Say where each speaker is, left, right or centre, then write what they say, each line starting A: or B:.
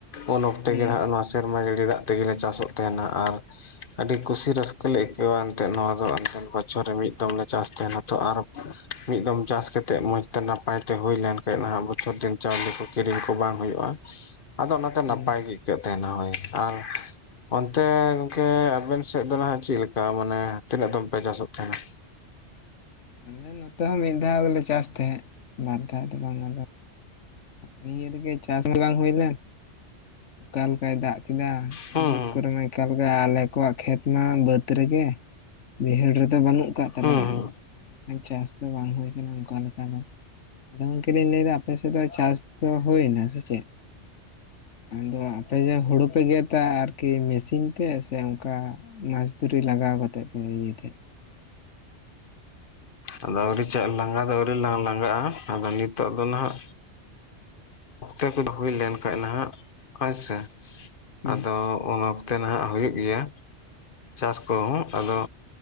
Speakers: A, on the left; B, on the left.
A: ᱩᱱ ᱚᱠᱛᱮ
B: ᱦᱩᱸ
A: ᱜᱮ ᱦᱟᱸᱜ ᱱᱚᱣᱟ ᱥᱮᱨᱢᱟ ᱡᱟᱹᱲᱤ ᱫᱟᱜ ᱛᱮᱜᱮ ᱪᱟᱥᱚᱜ ᱛᱟᱦᱮᱱᱟ ᱟᱨ ᱟᱹᱰᱤ ᱠᱩᱥᱤ ᱨᱟᱹᱥᱠᱟᱹ ᱞᱮ ᱟᱹᱭᱠᱟᱹᱣᱟ ᱮᱱᱛᱮᱜ ᱱᱚᱣᱟ ᱫᱚ ᱚᱱᱛᱮᱱ ᱵᱚᱪᱷᱚᱨ ᱢᱤᱫ ᱫᱚᱢ ᱞᱮ ᱪᱟᱥ ᱛᱟᱦᱮᱱᱟ ᱛᱚ ᱟᱨ <unintelligible> ᱪᱟᱥ ᱠᱟᱛᱮᱜ ᱢᱚᱸᱡᱽ ᱛᱮ ᱱᱟᱯᱟᱭ ᱛᱮ ᱦᱩᱭ ᱞᱮᱱᱠᱷᱟᱱ ᱱᱟᱦᱟᱜ ᱵᱚᱪᱷᱚᱨ ᱫᱤᱱ ᱪᱟᱣᱞᱮ ᱠᱚ ᱠᱤᱨᱤᱧ ᱠᱚ ᱵᱟᱝ ᱦᱩᱭᱩᱜᱼᱟ᱾ ᱟᱫᱚ ᱚᱱᱟᱛᱮ ᱱᱟᱯᱟᱭ
B: ᱦᱩᱸ
A: ᱜᱤ ᱟᱹᱭᱠᱟᱹᱜ ᱛᱟᱦᱮᱸᱱᱟ ᱦᱳᱭ ᱟᱨᱼᱼ ᱚᱱᱛᱮ ᱜᱚᱝᱠᱮ ᱟᱵᱮᱱ ᱥᱮᱫ ᱫᱚ ᱱᱟᱦᱟᱜ ᱪᱮᱫ ᱞᱮᱠᱟ ᱢᱟᱱᱮ ᱛᱤᱱᱟᱹᱜ ᱫᱚᱢ ᱯᱮ ᱪᱟᱥᱚᱜ ᱛᱟᱦᱮᱸᱱᱟ?
B: ᱟᱞᱮ ᱱᱚᱛᱮ ᱦᱚᱸ ᱢᱤᱫ ᱫᱷᱟᱣ ᱜᱮᱞᱮ ᱪᱟᱥ ᱛᱟᱦᱮᱸᱫ, ᱵᱟᱨ ᱫᱷᱟᱣ ᱫᱚ ᱵᱟᱝ ᱟᱫᱚ᱾ ᱱᱤᱭᱟᱹ ᱨᱮᱜᱮ ᱪᱟᱥ ᱢᱟ ᱜᱮ ᱵᱟᱝ ᱦᱩᱭ ᱞᱮᱱ ᱚᱠᱟ ᱞᱮᱠᱟᱭ ᱫᱟᱜ ᱠᱮᱫᱟ᱾
A: ᱦᱩᱸ
B: ᱵᱟᱹᱫᱽ
A: ᱦᱩᱸ
B: ᱠᱚᱨᱮᱢᱟ ᱮᱠᱟᱞ ᱜᱮ ᱟᱞᱮ ᱠᱚᱣᱟᱜ ᱠᱷᱮᱛ ᱢᱟ ᱵᱟᱹᱫᱽ ᱨᱮᱜᱮ᱾ ᱵᱟᱹᱭᱦᱟᱹᱲ ᱨᱮᱫᱚ ᱵᱟᱹᱱᱩᱜ ᱠᱟᱫ ᱛᱟᱞᱮᱭᱟ
A: ᱦᱩᱸ ᱦᱩᱸ
B: ᱪᱟᱥ ᱫᱚ ᱵᱟᱝ ᱦᱩᱭ ᱠᱟᱱᱟ ᱚᱱᱠᱟ ᱞᱮᱠᱟ ᱫᱚ᱾ ᱟᱫᱚ ᱜᱚᱝᱠᱮ ᱞᱤᱧ ᱞᱟᱹᱭᱫᱟ ᱟᱯᱮ ᱥᱮᱫ ᱫᱚ ᱪᱟᱥ ᱫᱚ ᱦᱩᱭᱱᱟ ᱥᱮ ᱪᱮᱫ? ᱟᱫᱚ ᱟᱯᱮ ᱡᱮ ᱦᱩᱲᱩ ᱯᱮ ᱜᱮᱫᱟ ᱟᱨᱠᱤ ᱢᱮᱥᱤᱱ ᱛᱮ ᱥᱮ ᱚᱱᱠᱟᱼᱼ ᱢᱟᱥ ᱫᱷᱩᱨᱤ ᱞᱟᱜᱟᱣ ᱠᱟᱛᱮᱫ ᱯᱮ ᱤᱭᱟᱹ ᱛᱟᱦᱮᱸᱫ?
A: ᱟᱫᱚ ᱟᱹᱣᱨᱤ ᱪᱟᱜ ᱞᱟᱸᱜᱟ ᱫᱚ ᱟᱹᱣᱨᱤ ᱞᱟᱝ ᱞᱟᱜᱟᱜᱼᱟ, ᱟᱫᱚ ᱱᱤᱛᱚᱜ ᱫᱚ ᱱᱟᱦᱟᱜᱼᱼ ᱚᱠᱛᱮ ᱠᱚᱫᱚ ᱦᱩᱭ ᱞᱮᱱ ᱠᱷᱟᱡ ᱱᱟᱦᱟᱜ ᱦᱳᱭᱥᱮ
B: ᱦᱩᱸ
A: ᱟᱫᱚ ᱩᱱ ᱚᱠᱼᱼ ᱛᱮ ᱱᱟᱦᱟᱜ ᱦᱩᱭᱩᱜ ᱜᱮᱭᱟ᱾ ᱪᱟᱥ ᱠᱚᱦᱚᱸ ᱟᱫᱚ